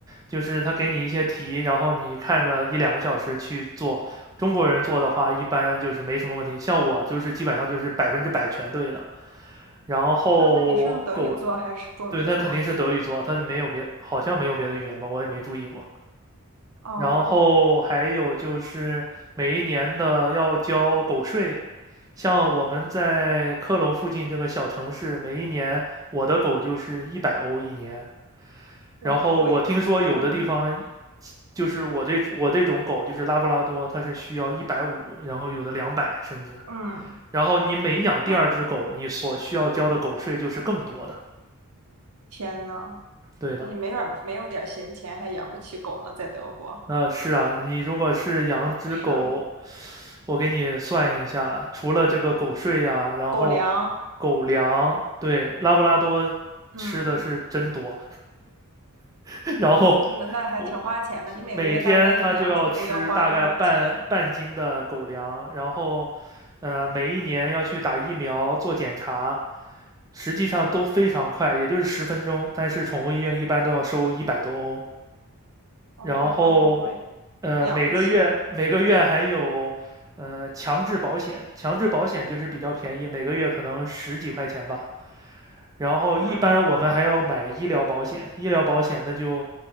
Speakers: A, on the right; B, on the right.
A: 就是他给你一些题，然后你看个一两个小时去做。中国人做的话，一般就是没什么问题，像我就是基本上就是百分之百全对的。然后狗
B: 啊，那你是用德语做还是中文做？
A: 对，那肯定是德语做，他就没有别，好像没有别的语言吧，我也没注意过。
B: 哦，
A: 然后还有就是每一年的要交狗税，像我们在科隆附近这个小城市，每一年我的狗就是一百欧一年。然后我听说有的地方，
B: 哇，好贵。嗯
A: 就是我这我这种狗就是拉布拉多，它是需要一百五，然后有的两百甚至。
B: 嗯，
A: 然后你每养第二只狗，
B: 那
A: 你所需要交的狗税就是更多的。
B: 天呐，
A: 对的，
B: 你没点儿没有点儿闲钱还养不起狗呢，在德国。
A: 那是啊，你如果是养只狗，
B: 是啊。
A: 我给你算一下，除了这个狗税呀、然后
B: 狗粮，
A: 狗粮，对，拉布拉多吃的是真多，
B: 嗯，
A: <laughs> 然后
B: 嗯那那还挺花钱的。
A: 我
B: 你每个月大概因为养宠物要花多少钱？
A: 每天它就要吃大概半半斤的狗粮，然后呃，每一年要去打疫苗做检查，实际上都非常快，也就是十分钟，但是宠物医院一般都要收一百多欧。
B: 哦，
A: 然后
B: 好贵，好贵，
A: 呃每个月每个月还有呃强制保险，
B: 养不起。
A: 强制保险就是比较便宜，每个月可能十几块钱吧。然后一般我们还要买医疗保险，
B: 嗯，
A: 医疗保险那就